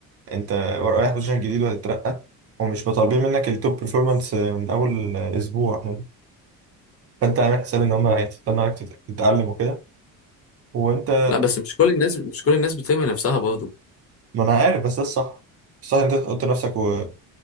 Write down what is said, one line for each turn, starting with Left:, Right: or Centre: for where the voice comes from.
Right: انت رايح بوزيشن جديد وهتترقى ومش مطالبين منك التوب بيرفورمانس من اول آه، اسبوع فانت عامل حساب ان هم هيستنوا عليك تت- تتعلم وكده وانت
Left: لا بس مش كل الناس مش كل الناس بترمي نفسها برضه
Right: ما انا عارف بس ده الصح الصح إن انت تحط نفسك و-
Left: مم.